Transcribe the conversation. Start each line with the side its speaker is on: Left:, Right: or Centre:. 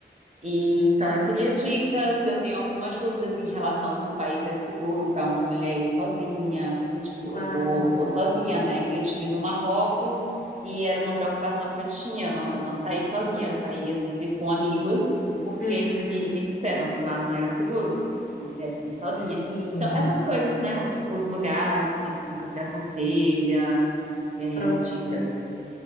Right: E então eu queria dicas, eu tenho algumas dúvidas em relação ao se o país é seguro para uma mulher ir sozinha, porque tipo,
Left: claro.
Right: eu vou, vou sozinha, né? Eu tive no Marrocos e era uma preocupação que eu tinha, eu não, eu não saí sozinha, eu saía sempre com amigos, porque
Left: Uhum,
Right: me, me disseram que lá não era seguro, não podia sair sozinha.
Left: sim.
Right: Então, essas coisas, né? Os, os lugares que, que você aconselha, eh,
Left: Pronto.
Right: dicas.